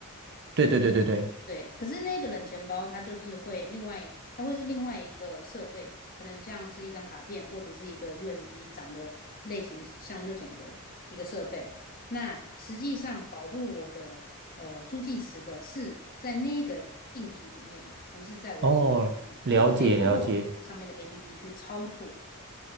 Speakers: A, on the right; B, on the left.
A: 对对对对对。
B: 对，可是那个冷钱包它就是会另外，它会是另外一个设备，可能像是一张卡片或者是一个 USB 长的类型像那种的一个设备。那实际上保护我的呃助记词的是在那个硬体里面，不是在我的手机上面。
A: 哦，
B: 可是我可以透过我手机上面的
A: 了解了解。
B: APP 去操作。